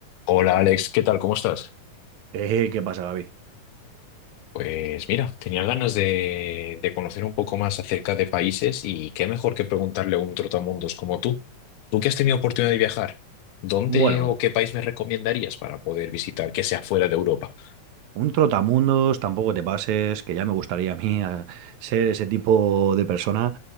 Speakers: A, on the left (about 80°); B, on the right (about 80°).
A: Hola Alex, ¿qué tal? ¿Cómo estás?
B: Eh, ¿qué pasa, Gaby?
A: Pues mira, tenía ganas de, de conocer un poco más acerca de países y qué mejor que preguntarle a un trotamundos como tú. Tú que has tenido oportunidad de viajar, ¿dónde
B: Bueno,
A: o qué país me recomendarías para poder visitar que sea fuera de Europa?
B: un trotamundos, tampoco te pases, que ya me gustaría a mí a ser ese tipo de persona